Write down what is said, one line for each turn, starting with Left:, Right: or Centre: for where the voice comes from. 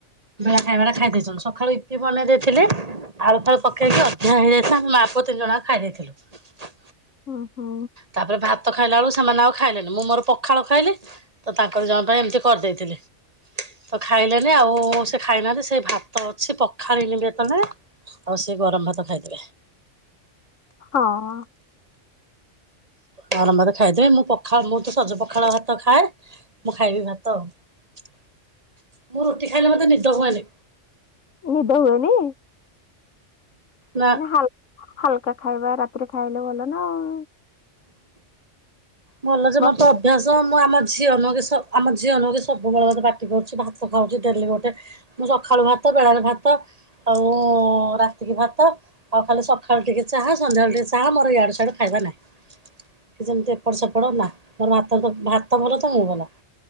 Right: ବେଳା ଖାଇବାଟା ଖାଇ ଦେଇଛନ୍ତି ସଖାଳୁ ଇ ଇପି ବନେଇ ଦେଇଥିଲି। ଆଳୁ ଫାଳୁ ପକେଇକି ଅଧିକା ହେଇଯାଇଥିଲା ଆମ ମାଆ ପୁଅ ତିନି ଜଣ ଯାଙ୍କ ଖାଇ ଦେଇଥିଲୁ।
Left: ଓ ହୋ।
Right: ତାପରେ ଭାତ ଖାଇଲା ବୁଳୁ ସେମାନେ ଆଉ ଖାଇଲେନି ମୁଁ ମୋର ପଖାଳ ଖାଇଲି। ତ ତାଙ୍କ ଦିଜଣ ପାଇଁ ଏମିତି କରିଦେଇଥିଲି। ତ ଖାଇଲେନି ଆଉ ସେ ଖାଇନାହାନ୍ତି ସେ ଭାତ ଅଛି ପଖାଲିନି ବି ଏତେବେଳ ଯାଏଁ। ଆଉ ସେ ଗରମ ଭାତ ଖାଇଦେବେ।
Left: ହଁ।
Right: ଗରମ ଭାତ ଖାଇଦେବେ ମୁଁ ପଖାଳ ମୁଁ ତ ସଜ ପଖାଳ ଭାତ ଖାଏ। ମୁଁ ଖାଇବି ଭାତ ମୁଁ ରୁଟି ଖାଇଲେ ମତେ ନିଦ ହୁଏନି।
Left: ନିଦ ହୁଏନି।
Right: ନା
Left: ହାଲ୍ ହାଲକା ଖାଇବା ରାତିରେ ଖାଇଲେ ଭଲ ନା ଆଉ।
Right: ଭଲ ଯେ
Left: ବର୍ଷ
Right: ମୋର ତ ଅଭ୍ୟାସ ମୁଁ ଆମ ଝିଅ ନୁହେ କି ସ ଆମ ଝିଅ ନୁହେଁ କି ସବୁବେଳେ ମତେ ପାଟି କରୁଛି ଭାତ ଖାଉଛି ଡେଲି ଗୋଟେ। ମୁଁ ସକାଳୁ ଭାତ ବେଳାରେ ଭାତ ଆଉ ରାତିକି ଭାତ। ଆଉ ଖାଲି ସଖାଳୁ ଟିକେ ଚାହା ସନ୍ଧ୍ୟାବେଳେ ଟିକେ ଚାହା ମୋର ୟାଡୁ ସିଆଡୁ ଖାଇବା ନାହିଁ। କି ଯେମତି ଏପଟ ସେପଟ ନା, ମର ଭାତ ଭାତ ଭଲ ତ ମୁଁ ଭଲ।